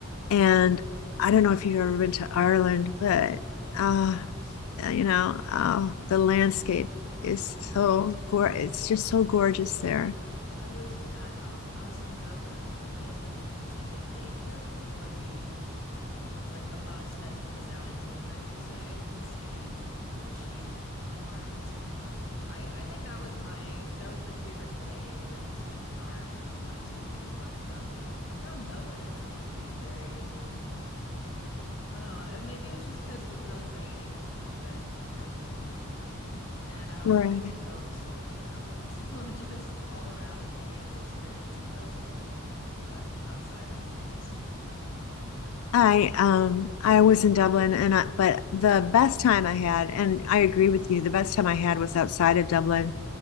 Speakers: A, on the left; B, on the left.
A: And I don't know if you've ever been to Ireland, but uh, uh, you know, uh, the landscape is
B: Yes.
A: so gor it's just so gorgeous there.
B: I was at um I was in Dublin for a bit and we did take a day trip where we it was like a bus that took us out into the countryside to see the sheep farms. I I think that was my that was my favorite day that we spent in Ireland was when we left Dublin. I found Dublin itself to be very I don't know. uh, Maybe it was just because it was really rainy or something, but it felt kind of gloomy in Dublin. And I also
A: Right.
B: got my phone stolen in Dublin. <laughs> So just all around a negative experience in Dublin. But outside was nice.
A: I um I was in Dublin and I, but the best time I had and I agree with you the best time I had was outside of Dublin.